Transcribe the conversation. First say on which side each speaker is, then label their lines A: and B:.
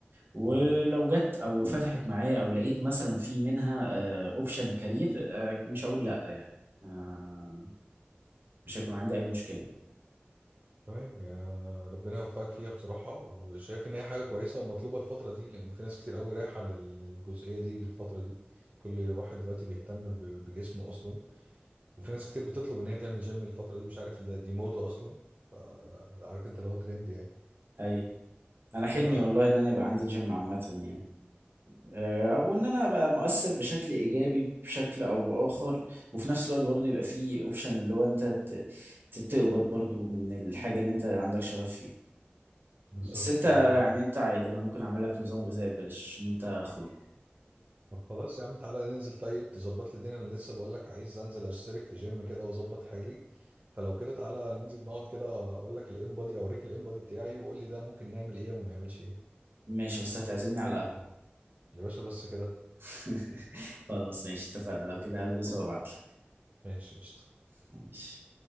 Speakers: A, on the right; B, on the right.
A: ولو
B: مم.
A: جت او فتحت معايا او لقيت مثلا في منها اوبشن كارير آه، مش هقول لا يعني آه، مش هيكون عندي اي مشكلة يعني
B: تمام يعني أنا ربنا يوفقك فيها بصراحة وشايف إن هي حاجة كويسة ومطلوبة الفترة دي لأن في ناس كتير قوي رايحة لل- للجزئية دي الفترة دي كل واحد دلوقتي بيهتم ب- بجسمه أصلا وفي ناس كتير بتطلب ان هي تعمل جيم الفتره دي مش عارف ده دي موضه اصلا ف- عارف انت اللي هو ترند يعني
A: اي انا حلمي
B: ف
A: والله ان انا يبقى عندي جيم عامة يعني آه، او ان انا ابقى مؤثر بشكل ايجابي بشكل او باخر وفي نفس الوقت برضه يبقى في اوبشن اللي هو انت ت- ت- تقبض برضه من الحاجة اللي انت عندك شغف فيها
B: بالظبط
A: بس انت
B: يعني دي
A: يعني
B: حاجة.
A: انت عادي انا ممكن اعمل لك نظام غذائي ببلاش ان انت اخويا
B: طب خلاص يا عم تعالى ننزل طيب تظبط لي الدنيا انا لسه بقول لك عايز انزل اشترك في جيم كده واظبط حالي فلو كده تعالى ننزل نقعد كده اقول لك الام بادي اوريك الام بادي بتاعي وقول لي ده ممكن نعمل ايه وما نعملش ايه
A: ماشي بس هتعزمني على القهوة
B: يا باشا بس كده
A: <laughs> خلاص ماشي اتفقنا لو كده هلبس وابعتلك
B: ماشي قشطه
A: ماشي